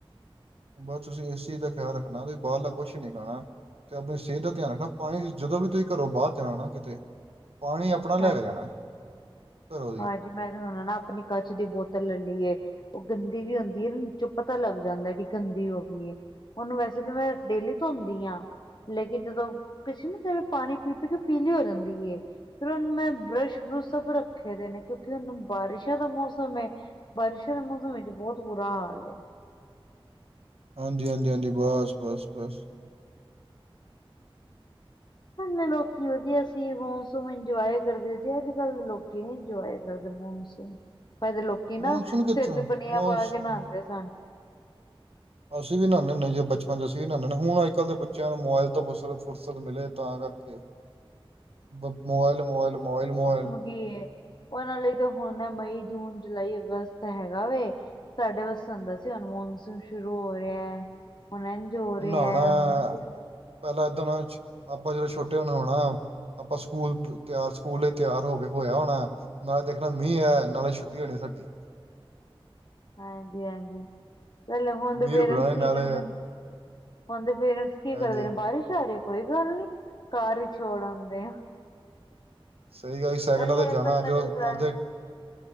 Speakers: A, on the right; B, on the left.
A: ਬਸ ਤੁਸੀਂ ਇਸ ਚੀਜ਼ ਦਾ ਖਿਆਲ ਰੱਖਣਾ ਤੁਸੀਂ ਬਾਹਰਲਾ ਕੁੱਛ ਨੀ ਖਾਣਾ ਤੇ ਆਪਣੀ ਸਿਹਤ ਦਾ ਧਿਆਨ ਰੱਖਣਾ ਪਾਣੀ ਜਦੋਂ ਵੀ ਤੁਸੀਂ ਘਰੋਂ ਬਾਹਰ ਜਾਣਾ ਨਾ ਕਿਤੇ, ਪਾਣੀ ਲੈ
B: ਹਾਂ,
A: ਕੇ ਜਾਣਾ ਘਰੋਂ ਦੀ
B: ਹਾਂਜੀ ਮੈਂ ਤਾਂ ਹੁਣ ਨਾ ਆਪਣੀ ਕੱਚ ਦੀ ਬੋਤਲ ਲੈ ਲਈਏ। ਓ ਗੰਦੀ ਵੀ ਹੁੰਦੀ ਐ ਇਹ ਚੁੱਪ ਪਤਾ ਲੱਗ ਜਾਂਦਾ ਕਿ ਗੰਦੀ ਹੋਗੀ ਐ। ਉਹਨੂੰ ਵੈਸੇ ਤਾਂ ਮੈਂ ਡੇਲੀ ਧੋਂਦੀ ਆ। ਲੇਕਿਨ ਜਦੋਂ ਪਿੱਛੇ ਨਾ ਫਿਰ ਪਾਣੀ ਪੀ ਪੀ ਕੇ ਪੀਲੀ ਹੋ ਜਾਂਦੀ ਏ। ਫਿਰ ਹੁਣ ਮੈਂ ਬਰੱਸ਼ ਬਰੁਸ਼ ਸਭ ਰੱਖੇ ਦੇ ਨੇ ਕਿਉਂਕਿ ਹੁਣ ਬਾਰਿਸ਼ਾਂ ਦਾ ਮੌਸਮ ਐ। ਬਾਰਿਸ਼ਾਂ ਦੇ ਮੌਸਮ ਵਿੱਚ ਬਹੁਤ ਬੁਰਾ ਹਾਲ ਐ।
A: ਹਾਂਜੀ-ਹਾਂਜੀ, ਹਾਂਜੀ ਬਸ-ਬਸ, ਬਸ।
B: ਇਨੇ ਲੋਕੀ ਵਧੀਆ ਸੀ ਮੋਸਮ ਇੰਜੋਏ ਕਰਦੇ ਸੀ ਅੱਜ ਕੱਲ ਲੋਕੀ ਨੀ ਇੰਜੋਏ ਕਰਦੇ ਮੋਸਮ। <unintelligible> ਲੋਕੀ ਨਾ
A: ਮੌਨਸੂਨ ਕਿੱਥੋਂ
B: ਸਿਰ ਤੇ ਚੁੰਨੀਆਂ
A: ਮੌਨਸੂਨ
B: ਪਾ ਕੇ ਨਾਂਦੇ ਸਨ।
A: ਅਸੀਂ ਵੀ ਨਹਾਨੇ ਹੁੰਦੇ ਜਦੋਂ ਬਚਪਨ ਚ ਅਸੀਂ ਵੀ ਨਹਾਨੇ ਹੁਣ ਅੱਜ ਕੱਲ ਦੇ ਬੱਚਿਆਂ ਨੂੰ ਮੋਬਾਇਲ ਤੋਂ ਫੁਰਸਤ ਫੁਰਸਤ ਮਿਲੇ ਤਾਂ ਕਰਕੇ ਮੋਬਾਈਲ-ਮੋਬਾਈਲ ਮੋਬਾਈਲ, ਮੋਬਾਈਲ।
B: ਗੀ ਉਹਨਾਂ ਲਈ ਤਾਂ ਹੁਣ ਮਈ, ਜੂਨ, ਜੁਲਾਈ, ਅਗਸਤ ਹੈਗਾ ਵੇ। ਸਾਡੇ ਵਾਸਤੇ ਹੁੰਦਾ ਸੀ ਹੁਣ ਮੋਨਸੂਨ ਸ਼ੁਰੂ ਹੋਇਆ। ਹੁਣ ਇੰਝ ਹੋ ਰਿਆ
A: ਨਹਾਣਾ
B: ਹੁਣ ਉਂਜ
A: ਹੈ।
B: ਹੋ,
A: ਪਹਿਲਾਂ ਦਿਨਾਂ ਵਿੱਚ ਆਪਾਂ ਜਦੋਂ ਛੋਟੇ ਹੋਣਾ ਨਹਾਉਣਾ ਆਪਾਂ ਸਕੂਲ ਤਿਆਰ ਸਕੂਲ ਲਈ ਤਿਆਰ ਹੋ ਕੇ ਹੋਇਆ ਹੋਣਾ। ਨਾਲੇ ਦੇਖਣਾ ਮੀਂਹ ਐ ਨਾਲੇ ਛੁੱਟੀ ਹੋਣੀ ਸਾਡੀ।
B: ਹਾਂਜੀ-ਹਾਂਜੀ ਪਹਿਲੇ ਹੁਣ
A: ਮੀਂਹ
B: ਦੇ ਪੇਰੈਂਟਸ
A: ਰੁਕਣਾ ਨੀ ਨਾਲੇ
B: ਕੀ ਕਰਦੇ ਨੇ ਹੁਣ ਦੇ ਪੇਰੈਂਟਸ ਕੀ
A: ਹਾਂਜੀ
B: ਕਰਦੇ ਨੇ ਬਾਰਿਸ਼ ਆ ਰੀ ਕੋਈ ਗੱਲ ਨੀ ਕਾਰ ਵਿੱਚ ਛੋੜ ਆਂਦੇ ਆ।
A: ਸਈ ਗੱਲ ਜੀ ਸਾਈਕਲਾਂ
B: ਪਹਿਲੇ
A: ਤੇ ਜਾਣਾ
B: ਪਹਿਲੇ
A: ਜੋ
B: ਲੱਗਦਾ
A: ਆਂਦੇ
B: ਹੈ